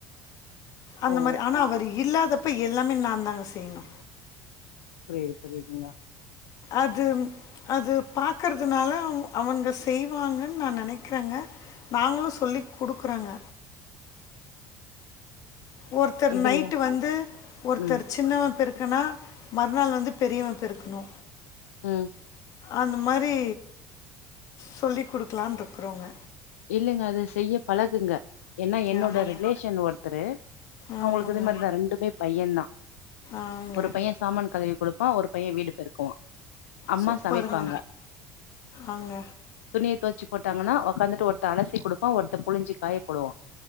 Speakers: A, on the left; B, on the left.
A: அந்த
B: ஓ
A: மாரி ஆனா அவரு இல்லாதப்ப எல்லாமே நா தாங்க செய்ணு
B: பிரேயரு பண்ணிருக்கிங்க
A: அதும் அது பாத் பாக்கறதுனால அவ அவங்க செய்வாங்கன்னு நா நெனைக்கிறேங்க நாங்களு சொல்லி குடுக்குறோங்க ஒருத்தர்
B: இதுங்க
A: நைட்டு வந்து ஒருத்தர்
B: ம்
A: சின்னவ பெருக்கு பெருக்குன்னா மறுநாள் வந்து பெரியவ பெருக்கணு
B: ம்
A: அந்த மாரி சொல்லி குடுக்கலான்னு இருக்குறோங்க
B: இல்லங்க அத செய்ய பழகுங்க ஏன்னா என்னோட
A: ஆமாங்க
B: ரிலேஷன் ஒருத்தரு
A: ஆமாங்க
B: அவுங்களுக்கு இதே மாரித ரெண்டுமே பையன் தா
A: ஆங்க
B: ஒரு
A: அம்மா
B: பைய சாமான் கழுவி கொடுப்பா ஒரு பைய வீடு பெருக்குவா அம்மா
A: சூப்பருங்க
B: சமைப்பாங்க
A: ஆங்க
B: துணிய தொவச்சு போட்டாங்கன்னா உக்காந்துட்டு ஒரு த்த அலசி குடுப்பா ஒருத்த புழிஞ்சு காய போடுவா